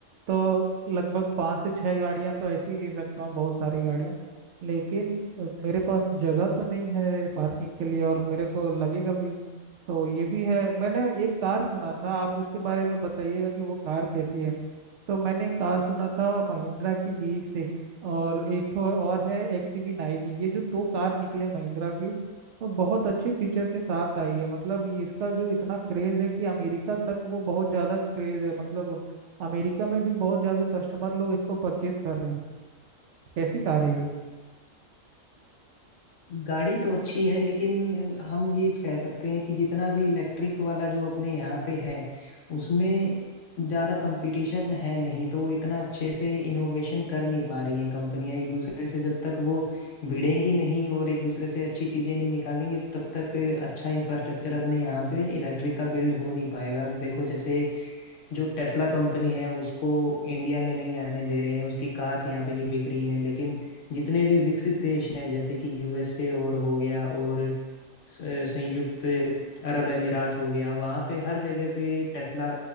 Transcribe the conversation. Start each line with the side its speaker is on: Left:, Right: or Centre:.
Right: तो लगभग पाँच से छह गाड़ियां तो ऐसी ही ले सकता हूँ बहुत सारी गाड़ियां लेकिन अ, मेरे पास जगह तो नहीं है पार्किंग के लिए और मेरे को लगेगा भी तो ये भी है मैंने एक कार सुना था आप उसके बारे में बताइएगा कि वो कार कैसी है तो मैंने कार सुना था महिंद्रा की वी सिक्स और एक ठो और है एक्स वी नाइन ये जो दो कार निकले महिंद्रा की वो बहुत अच्छे फीचर के साथ आई है मतलब ये इसका जो इतना क्रेज है कि अमेरिका तक वो बहुत ज़्यादा क्रेज है मतलब अमेरिका में भी बहुत ज़्यादा कस्टमर लोग इसको परचेज कर रहे हैं कैसी कार है ये
Left: गाड़ी तो अच्छी है लेकिन हम ये कह सकते हैं कि जितना भी इलेक्ट्रिक वाला जो अपने यहाँ पे है उसमें ज्यादा कंपटीशन है नहीं तो वो इतना अच्छे से इनोवेशन कर नहीं पा रही हैं कंपनियां एक दूसरे से जब तक वो भिड़ेंगी नहीं और एक दूसरे से अच्छी चीजें नहीं निकालेंगी तब तक अच्छा इंफ्रास्ट्रक्चर अपने यहाँ पे इलेक्ट्रिक का बिल्ड हो नहीं पाएगा अब देखो जैसे जो टेस्ला कंपनी है उसको इंडिया में नहीं आने दे रहे हैं उसकी कार्स यहाँ पे नहीं बिक रही हैं लेकिन जितने भी विकसित देश हैं जैसे कि यूएसए और हो गया और स- संयुक्त अरब अमीरात हो गया वहाँ पे हर जगह पे टेस्ला